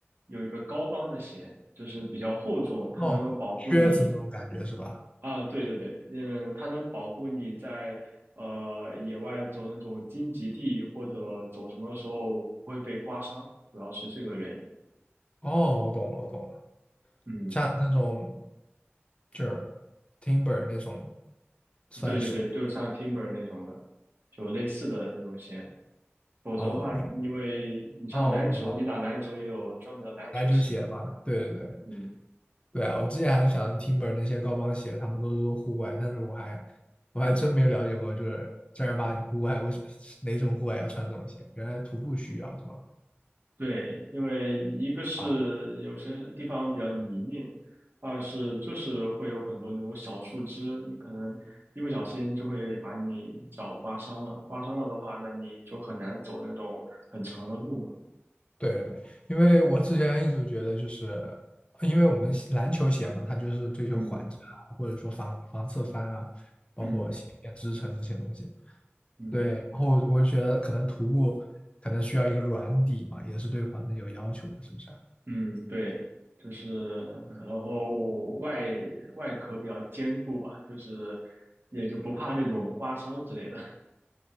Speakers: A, on the right; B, on the left.
A: 有一个高帮的鞋，就是比较厚重，它能够保护你
B: 哦，靴子那种感觉是吧？
A: 啊，对对对，嗯，它能保护你在呃野外走那种荆棘地或者走什么时候不会被刮伤，主要是这个原因。
B: 哦，我懂了，我懂了，
A: 嗯，
B: 像那种就是 Timber 那种算是
A: 对对对，就像 Timber 那种的，就类似的那种鞋。否则的话，
B: 哦
A: 因为你像篮球，
B: 哦，我懂了，
A: 你打篮球也有专门的篮球鞋嘛，
B: 篮球鞋嘛，
A: 对吧？
B: 对对对，
A: 嗯。
B: 对啊，我之前还想听本那些高帮鞋，他们都说户外，但是我还我还真没有了解过，就是正儿八经户外，为什哪种户外要穿这种鞋？原来徒步需要是吧？
A: 对，因为一个是有些地方比较泥泞，
B: 啊，
A: 二是就是会有很多那种小树枝，你可能一不小心就会把你脚刮伤了。刮伤了的话，那你就很难走那种很长的路嘛。
B: 对对对，因为我之前一直觉得就是，因为我们篮球鞋嘛，它就是追求缓震啊，
A: 嗯
B: 或者说防防侧翻啊，包括鞋面支撑这些东西。
A: 嗯嗯
B: 对，然后我就觉得可能徒步可能需要一个软底嘛，也是对缓震有要求的，是不是啊？
A: 嗯，对，就是，然后外外壳比较坚固吧，就是也就不怕那种刮伤之类的。